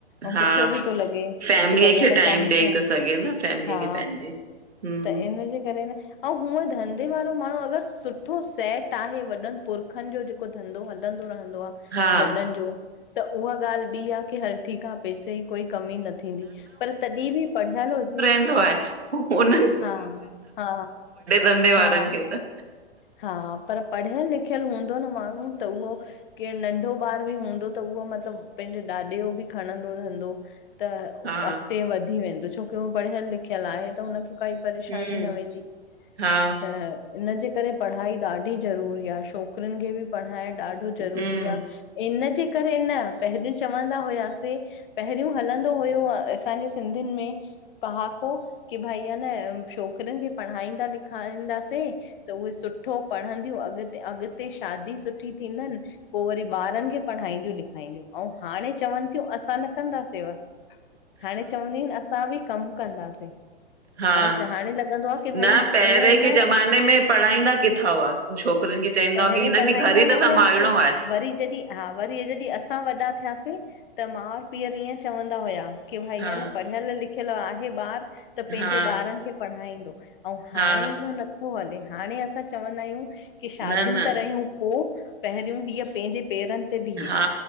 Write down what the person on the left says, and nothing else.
ऐं
सुठो बि थो लॻे
की भई आहे
न
कम
थिए,
हा
त इन जे करे न ऐं हूंअ धंधे वारो माण्हू अगर सुठो सेट आहे, वॾन पुरखन जो जेको त धंधो हलंदो रहंदो आह।
वॾन जो, त उहा ॻाल्ह ॿी आहे की हल ठीक आहे पैसे ई कोई कमी न थींदी, पर तॾहिं बि पढ़ियल हुजे
हा हा
हा
हा पर पढ़ियल लिखियल हूंदो न माण्हू त उहो केरु नंढो ॿार बि हूंदो त उहो मतलबु पंहिंजे ॾाॾे यो बि खणंदो धंधो। त
अॻते वधी वेंदो, छोकि हू पढ़ियलु लिखियलु आहे त हुनखे काई परेशानी
न वेंदी
त इनजे करे पढ़ाई ॾाढी ज़रूरी आहे। छोकिरियुन खे बि पढ़ाइण ॾाढो ज़रूरी
आहे। इन जे करे न पहिरीं चवंदा हुया से पहिरियों हलंदो हुयो असांजे सिंधियुन में पहाको की भई या‌ न छोकिरियिन खे पढ़ाईंदा लिखाईंदासे त उहे सुठो पढ़ंदियूं अॻते अॻते शादी सुठी थींदनि। पो वरी ॿारन खे पढ़ाईंदियूं- लिखाईंदियूं, हाणे चवनि थियूं असां न कंदासींव।
हाणे चवंदियूं आहिनि असां बी कम कंदासीं।
हाणे च हाणे लॻंदो आह कि
भई इअं
न
पहिरियें
पढ़ाईंदा
न
हुआसीं
वरी जॾहिं हाँ वरी जॾहिं असां वॾा थियासें त माउर पीउर ईअं चवंदा हुया कि भई
हन पढ़ियल लिखियल आहे ॿारु, त पंहिंजे
ॿारन खे पढ़ाईंदो। ऐं हाणे
इहो नथो हले, हाणे असां चवंदा आहियूं की शादियूं
त रहियूं पोइ पहिरियों हीअ पेहिंजे पेरनि ते बीहे,